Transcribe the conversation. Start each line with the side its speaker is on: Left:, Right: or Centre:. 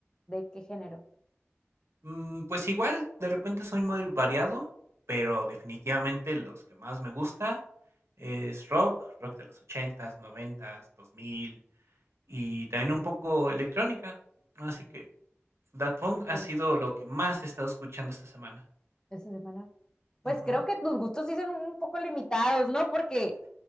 Left: de qué género.
Right: Mm, pues igual, de repente soy muy variado, pero definitivamente los que más me gusta es rock, rock de los ochentas, noventas, 2000 y también un poco electrónica. Así que Daft Punk
Left: Súper.
Right: ha sido lo que más he estado escuchando esta semana.
Left: Esa semana. pues
Right: Ujú.
Left: creo que tus gustos sí son un poco limitados, ¿no? Porque,